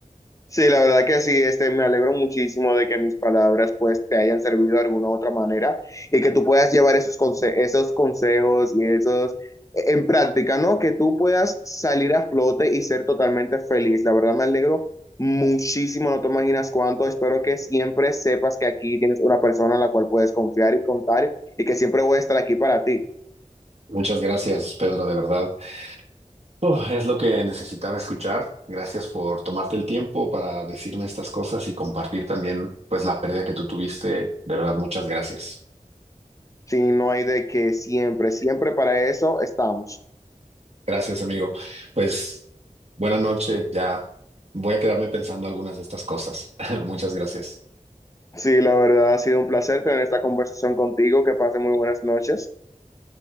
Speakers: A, on the left (about 25°); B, on the right (about 50°).
A: Sí, la verdad que sí, este, me alegro muchísimo de que mis palabras pues te hayan servido de alguna u otra manera y que tú puedas llevar esos, conse- esos consejos y esos e-, en práctica, ¿no? Que tú puedas salir a flote y ser totalmente feliz. La verdad me alegro muchísimo, no te imaginas cuánto. Espero que siempre sepas que aquí tienes una persona en la cual puedes confiar y contar y que siempre voy a estar aquí para ti.
B: Muchas gracias, Pedro, de verdad. Oh, es lo que necesitaba escuchar. Gracias por tomarte el tiempo para decirme estas cosas y compartir también, pues, la pérdida que tú tuviste. De verdad, muchas gracias.
A: Si no hay de que siempre, siempre para eso estamos.
B: Gracias, amigo. Pues, buena noche. Ya voy a quedarme pensando algunas de estas cosas. <laughs> Muchas gracias.
A: Sí, la verdad ha sido un placer tener esta conversación contigo. Que pase muy buenas noches.